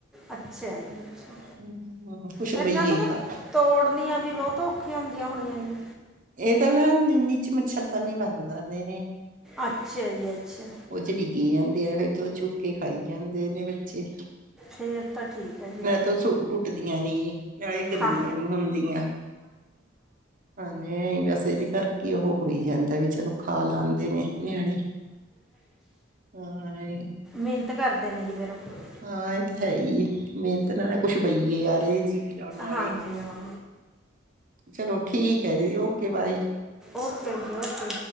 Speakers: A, in the centre; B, on the right.
A: ਅੱਛਿਆ ਜੀ ਅੱਛਾ!
B: ਹਮ, ਕੁਛ
A: ਫ
B: ਬਈਏ
A: ਮੈਂ ਤੇ ਤਾਂ
B: ਖਾ
A: ਤੋੜਨੀਆਂ ਵੀ ਬਹੁਤ ਔਖ ਖੀਆਂ ਹੁੰਦੀਆਂ ਹੋਣੀਆਂ ਜੀ?
B: ਇਹ ਤਾਂ ਨਾ ਨੀ-ਨੀਚ ਮੱਛਰਦਾਨੀ ਬੰਨ ਦੰਦੇ ਨੇ।
A: ਅੱਛਿਆ ਜੀ ਅੱਛਿਆ!
B: ਉਹ 'ਚ ਡਿੱਗੀ ਜਾਂਦੀਆਂ ਨੇ ਤੇ ਓ ਚੁੱਕੇ ਖਾਈ ਜਾਂਦੇ ਨੇ ਬੱਚੇ।
A: ਫ਼ੇਰ ਤਾਂ ਠੀਕ ਆ ਜੀ।
B: ਤੋ ਸੂ ਟੁੱਟਦੀਆਂ ਨੀ, ਨਾਲੇ ਗੰਦੀਆਂ
A: ਹਾਂ
B: ਨੀ ਹੁੰਦੀਆਂ ਹਾਂ ਨਈ ਬਸ ਇਹਦੇ ਕਰਕੇ ਉਹੋ ਹੋਈ ਜਾਂਦਾ। ਮੈ ਵੀ ਚਲੋ ਖਾ ਲਉਦੇ ਨੇ ਨਿਆਣੇ ਹਾਂ ਇਹ-
A: ਮਿਨਤ ਕਰਦੇ ਨਾ ਫਿਰ ਜੀ ਓ
B: ਹਾਂ ਇਹ ਤਾਂ ਹੈ ਈ ਏ ਮੇਨਤ ਨਾਲ ਨਾ ਕੁਛ ਬਈਏ ਆ ਰੇ ਆ ਜੀ ਯਾਨ ਆਲੇ,
A: ਹਾਂਜੀ ਹਾਂ
B: ਚਲੋ ਠੀਕ ਐ ਦੀਦੀ ਓਕੇ ਬਾਏ।
A: ਓਕੇ ਜੀ ਓਕੇ।